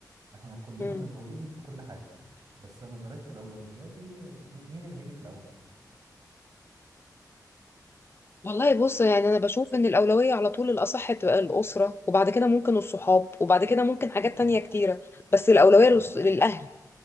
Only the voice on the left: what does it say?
مم.
والله بص يعني انا بشوف ان الاولويه على طول الاصح بتبقى الاسره وبعد كده ممكن الصحاب وبعد كده ممكن حاجات
تانية كتيره بس الاولويه
للأس- للاهل